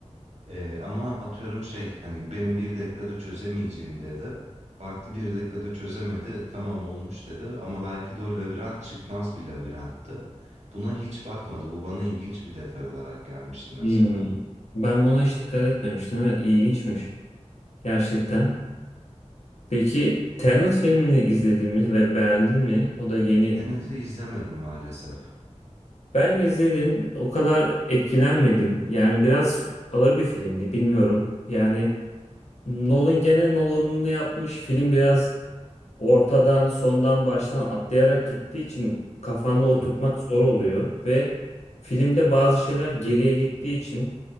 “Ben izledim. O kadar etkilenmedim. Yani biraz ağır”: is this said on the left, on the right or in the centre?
Left